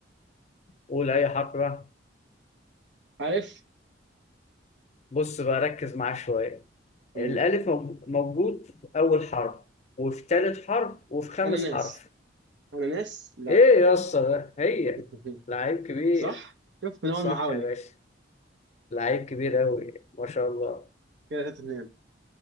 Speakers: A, on the left (about 35°); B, on the right (about 70°).
A: قول اي حرف بقى
B: الف
A: بص بقى ركز معاه شوية
B: مم.
A: الألف موج- موجود في أول حرف وفي تالت حرف وفي خامس
B: اناناس
A: حرف
B: اناناس لا
A: إيه يا اسطى ده هي
B: <laughs>
A: لعيب كبير
B: صح شوف من اول
A: صح
B: محاوله
A: يا باشا لعيب كبير أوي ما شاء الله
B: كده 3 2